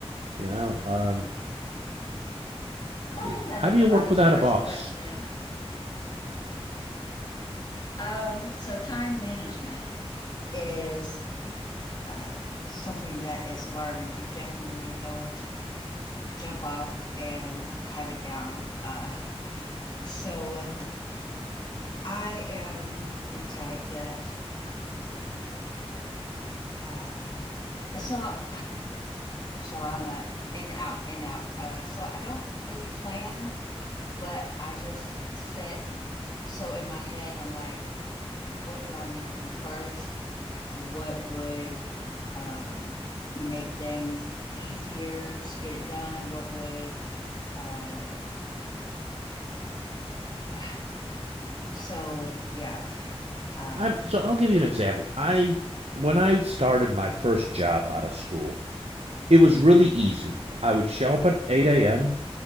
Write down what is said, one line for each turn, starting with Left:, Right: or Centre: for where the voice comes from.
Right: You know, um,
Left: Why
Right: I mean,
Left: is that
Right: how
Left: everybody's
Right: do you work without
Left: first
Right: a boss?
Left: question? Um, so time management. is uh, something that is learned. You definitely don't jump off and have it down. Uh, so uh, I am the type that uh, so so I'm a in out in out. Uh, so I don't really plan, but I just set. So in my head, I'm like, what do I need to do first? What would um, make things easier to get it done? What would, uh, <sighs> so yeah. Uh,
Right: I'm so I'll give you an example. I when I started my first job out of school, it was really easy. I would show up at 8 a.m.